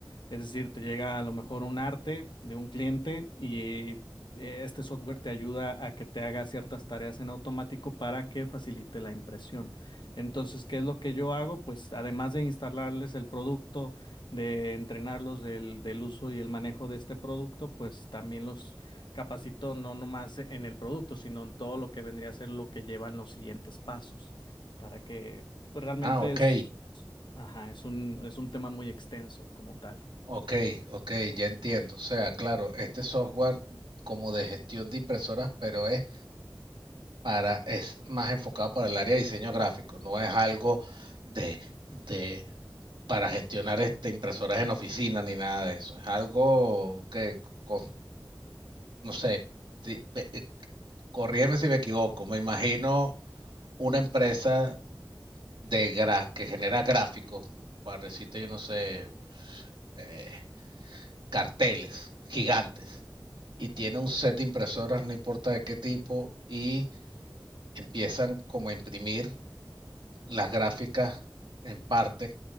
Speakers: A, on the left; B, on the right.
A: Es decir, te llega a lo mejor un arte de un cliente y eh, este software te ayuda a que te haga ciertas tareas en automático para que facilite la impresión. Entonces, ¿qué es lo que yo hago? Pues además de instalarles el producto, de entrenarlos del, del uso y el manejo de este producto, pues también los capacito no nomás en el producto, sino en todo lo que vendría a ser lo que llevan los siguientes pasos, para que realmente
B: Ah, ok,
A: es, ajá, es un, es un tema muy extenso como tal.
B: ok, ok, ya entiendo. O sea, claro, este software como de gestión de impresoras, pero es para, es más enfocado para el área de diseño gráfico, no es algo de, de para gestionar este, impresoras en oficina ni nada de eso. Es algo que, con- no sé, ti- eh, corrígeme si me equivoco, me imagino una empresa de gra que genera gráficos, para decirte, yo no sé, eh, carteles gigantes, y tiene un set de impresoras, no importa de qué tipo, y empiezan como a imprimir las gráficas en parte